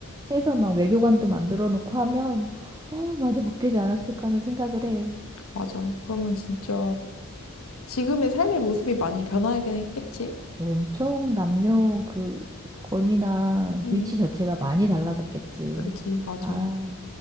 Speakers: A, on the right (about 15°); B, on the left (about 80°).
A: 해서 막 외교관도 만들어 놓고 하면 어 많이 바뀌지 않았을까 하는 생각을 해.
B: 맞아. 그러면 진짜 지금의 삶의 모습이 많이 변하긴 했겠지?
A: 엄청 남녀 그 권위나
B: 응,
A: 위치 자체가 많이 달라졌겠지.
B: 그지, 맞아.
A: 아,